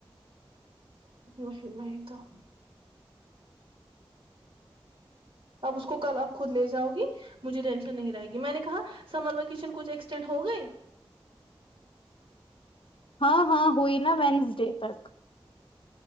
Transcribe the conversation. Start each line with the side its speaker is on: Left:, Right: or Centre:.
Right: بس نہیں تو اب اس کو کل آپ خود لے جاؤ گی مجھے ٹینشن نہیں رہے گی میں نے کہا سمر ویکیشن کچھ ایکسٹینڈ ہو گئے
Left: ہاں ہاں ہوئی نا وینسڈے تک